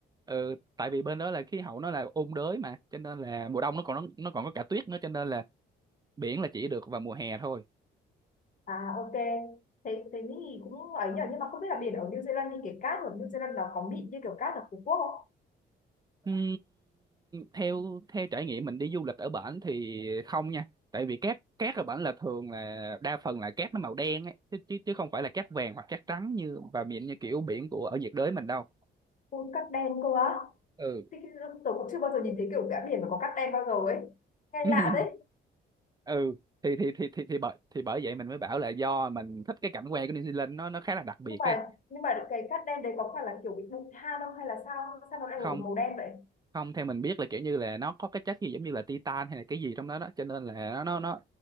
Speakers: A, on the right; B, on the left.
A: ừ, tại vì bên đó là khí hậu nó là ôn đới mà cho nên là mùa đông nó còn nó, nó còn có cả tuyết nữa cho nên là biển là chỉ được vào mùa hè thôi
B: À, ok. Thế thế thì cũng ấy nhở, nhưng mà không biết là biển ở New Zealand thì cái cát ở New Zealand nó có mịn như kiểu cát ở Phú Quốc không?
A: Ừm, theo theo trải nghiệm mình đi du lịch ở bển thì không nha tại vì cát cát ở bển là thường là đa phần là cát nó màu đen ấy chứ chứ chứ không phải là cát vàng hoặc cát trắng như và miệng như kiểu biển của ở nhiệt đới mình đâu
B: Ôi, cát đen cơ á.
A: ừ
B: Thế thì Tôi cũng chưa bao giờ nhìn thấy kiểu cả biển mà có cát đen bao giờ ấy. Nghe
A: <laughs>
B: lạ đấy
A: ừ thì thì thì thì thì bởi thì bởi vậy mình mới bảo là do mình thích cái cảnh quan của New Zealand nó nó khá là đặc biệt
B: Nhưng mà
A: ấy
B: nhưng mà cái cát đen đấy có phải là kiểu bị bụi than không hay là sao? Sao nó lại màu
A: không
B: đen vậy?
A: không theo mình biết là kiểu như là nó có cái chất gì giống như là titan hay là cái gì trong đó đó cho nên là nó nó nó